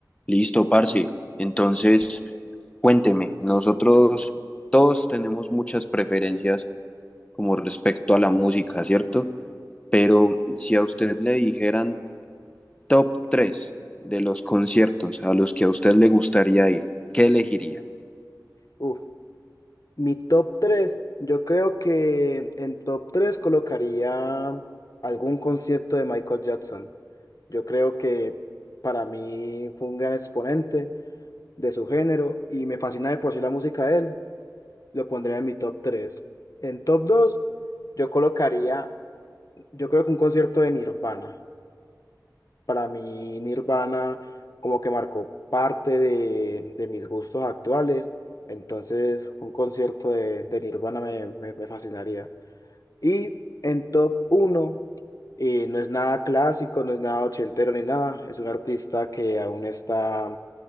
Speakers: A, on the left (about 15°); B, on the left (about 55°).
A: Listo, parce. Entonces, cuénteme, nosotros todos tenemos muchas preferencias como respecto a la música, ¿cierto? Pero si a usted le dijeran top 3 de los conciertos a los que a usted le gustaría ir, ¿qué elegiría?
B: Uf, mi top 3, yo creo que en top 3 colocaría algún concierto de Michael Jackson. Yo creo que para mí fue un gran exponente de su género y me fascina de por sí la música de él. Lo pondría en mi top 3. En top 2, yo colocaría, yo creo que un concierto de Nirvana. Para mí, Nirvana como que marcó parte de, de mis gustos actuales. Entonces, un concierto de, de Nirvana me, me- me fascinaría. Y en top 1, no es nada clásico, no es nada ochentero ni nada. Es un artista que aún está